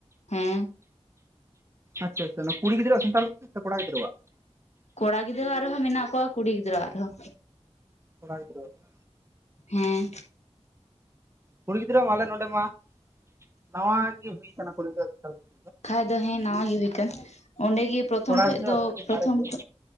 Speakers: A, on the left (about 75°); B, on the right (about 25°).
A: ᱦᱮᱸ
B: ᱟᱪᱷᱟ ᱟᱪᱷᱟ ᱚᱱᱟ ᱠᱩᱲᱤ ᱜᱤᱫᱽᱨᱣᱟ ᱥᱮᱱᱴᱟᱨᱮᱞ ᱥᱮ ᱠᱚᱲᱟ ᱜᱤᱫᱽᱤᱣᱟ?
A: ᱠᱚᱲᱟ ᱜᱤᱫᱽᱨᱟᱹ ᱟᱨᱦᱚᱸ ᱢᱮᱱᱟᱜ ᱠᱚᱣᱟ ᱠᱩᱲᱤ ᱜᱤᱫᱽᱨᱟᱹ ᱟᱨᱦᱚᱸ,
B: ᱠᱚᱲᱟ ᱜᱤᱫᱽᱨᱟ ᱟᱜ ᱨᱮ,
A: ᱦᱮᱸ᱾
B: ᱠᱩᱲᱤ ᱜᱤᱫᱽᱨᱟᱹ ᱢᱟ ᱟᱞᱮ ᱱᱚᱰᱮ ᱢᱟ ᱱᱟᱣᱟ ᱜᱮ ᱦᱩᱭ ᱠᱟᱱᱟ ᱠᱩᱲᱤ ᱜᱤᱫᱽᱨᱟᱹ, <unintelligible>
A: ᱠᱷᱟᱱ ᱫᱚ ᱦᱮᱸ ᱱᱟᱣᱟ ᱜᱮ ᱦᱩᱭᱠ ᱚᱸᱰᱮᱜᱮ ᱯᱨᱚᱛᱷᱚᱢ
B: ᱠᱚᱲᱟ
A: ᱠᱷᱚᱡ
B: ᱜᱤᱫᱽᱨᱟᱹᱣᱟᱜ
A: ᱫᱚ
B: ᱟᱹᱰᱤ
A: ᱯᱨᱚᱛᱷᱚᱢ,
B: ᱢᱟᱨᱮ ᱜᱮᱭᱟ